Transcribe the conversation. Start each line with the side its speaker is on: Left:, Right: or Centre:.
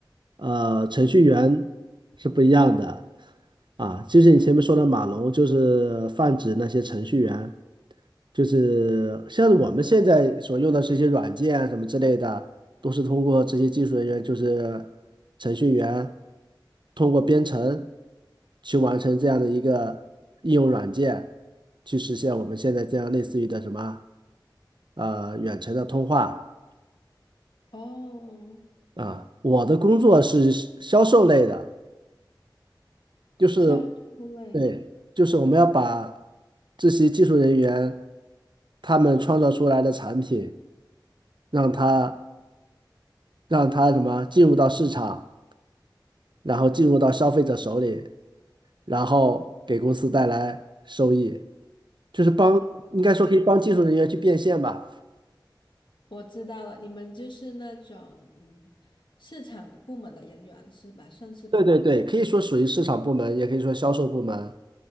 Right: 呃程序员是不一样的。啊，就是你前面说的马龙，就是泛指那些程序员，就是像我们现在所用的这些软件啊什么之类的，都是通过这些技术人员，就是程序员，通过编程去完成这样的一个应用软件，去实现我们现在这样类似于的什么，呃，远程的通话
Left: 哦，
Right: 啊。我的工作是销售类的。就是
Left: 销售类，
Right: 对，就是我们要把这些技术人员他们创造出来的产品，让他让他什么进入到市场，然后进入到消费者手里，然后给公司带来收益，就是帮，
Left: 哦，
Right: 应该说可以帮技术人员去变现吧。
Left: 我知道了，你们就是那种嗯，市场部门的人员是吧？算是吧，
Right: 对对对，可以说属于市场部门，也可以说销售部门